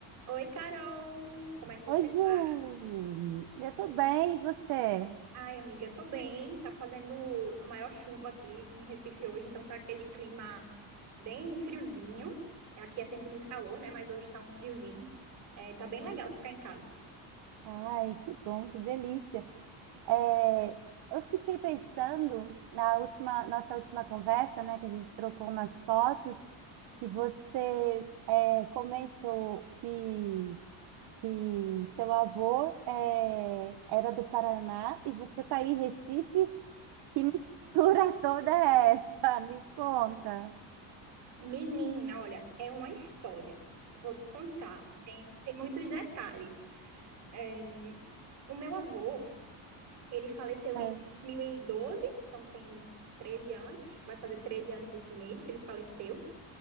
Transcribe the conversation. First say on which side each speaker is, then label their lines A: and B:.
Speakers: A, on the right; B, on the right.
A: Oi, Carol! Como é que você
B: Oi, Ju!
A: tá?
B: Eu tô bem, e você?
A: Ai, amiga, tô bem. Tá fazendo a maior chuva aqui em Recife hoje, então tá aquele clima bem friozinho. Aqui é sempre muito calor, né? Mas hoje tá um friozinho. É, tá bem legal de ficar em casa.
B: Ai, que bom, que delícia. É, eu fiquei pensando na última, nossa última conversa, né, que a gente trocou umas fotos, que você é, comentou que, que seu avô é, era do Paraná e você tá aí em Recife. Que mistura <laughs> toda é essa? Me conta.
A: Menina, olha, é uma história. Vou te contar. Tem, tem muitos detalhes. É, o meu avô, ele faleceu
B: É,
A: em 2012, então tem 13 anos. Vai fazer 13 anos esse mês que ele faleceu.